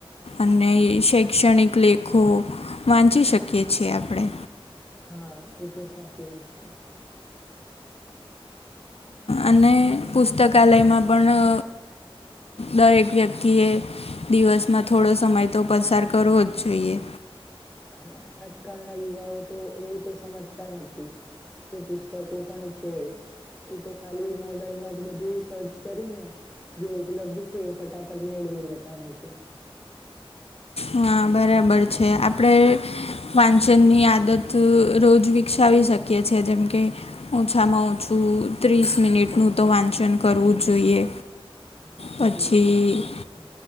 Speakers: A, on the left; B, in the centre.
A: અને શૈક્ષણિક લેખો વાંચી શકીએ છીએ આપણે.
B: હા એ તો સાચી વાત છે.
A: અને, પુસ્તકાલયમાં પણ દરેક વ્યક્તિએ, દિવસમાં થોડો સમય તો પસાર કરવો જ જોઈએ.
B: હા આજકાલના યુવાઓ તો એવું તો સમજતા નથી. કે પુસ્તકો પણ છે. એ તો ખાલી મોબાઈલ માં જ બધું સર્ચ કરી ને, જે ઉપલબ્ધ છે એ ફટાફટ મેળવી લેતા હોય છે.
A: હા બરાબર છે આપણે વાંચનની આદત રોજ વિકસાવી શકી કીએ છે જેમ કે, ઓછામાં ઓછું ત્રીસ મિનિટનું તો વાંચન કરવું જ જોઈએ.
B: હા એ
A: પછી
B: તો સાચી વાત છે